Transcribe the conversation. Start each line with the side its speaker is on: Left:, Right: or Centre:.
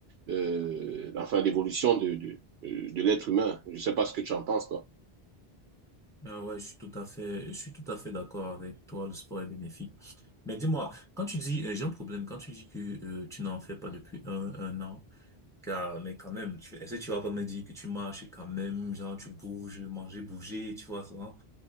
Right: euh, enfin, l'évolution de, de, euh, de l'être humain. Je ne sais pas ce que tu en penses, toi.
Centre: Ah ouais, je suis tout à fait, je suis tout à fait d'accord avec toi, le sport est bénéfique. Mais dis-moi, quand tu dis, euh, j'ai un problème, quand tu dis que euh, tu n'en fais pas depuis un, un an, car, mais quand même, tu- est-ce que tu vas pas me dire que tu marches et quand même, genre tu bouges, manger, bouger, tu vois ça?